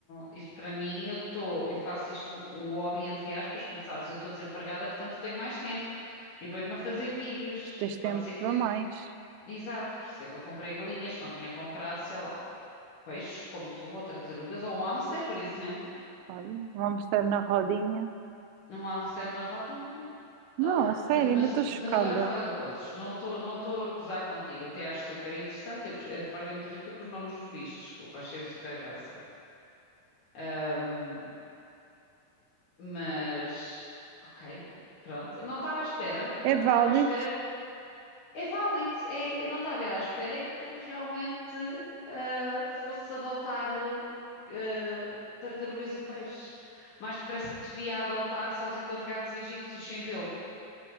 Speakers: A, on the left; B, on the right.
A: isto para mim, eu tô, eu faço isto um, um hobby entre aspas, como sabes, eu estou desempregada, portanto eu tenho mais tempo e ponho-me a fazer vídeos.
B: tu tens tempo
A: Pode ser que,
B: para mais.
A: exato, por isso é que eu comprei galinhas, não tinha comprado, sei lá, peixes como tu, ou tartarugas, ou um hamster, por exemplo,
B: Olha, vamos estar na rodinha.
A: um hamster na rodinha.
B: Não,
A: Olha,
B: a sério,
A: mas,
B: ainda estou chocada.
A: mas agora fora de gozos, não estou não estou a gozar contigo, até acho super interessante. Eu, gos- a parte de rir foi com os nomes dos bichos, desculpa, achei super graça. Ahm, mas, ok, pronto, não estava à espera, mas
B: É válido?
A: estava à espera que. É válido, é, eu não estava a ver à espera é que tu realmente ah, fosses adotar ah, tartarugas e peixes. Mais depressa te via a adotar, sabes, aqueles gatos egípcios sem pelo.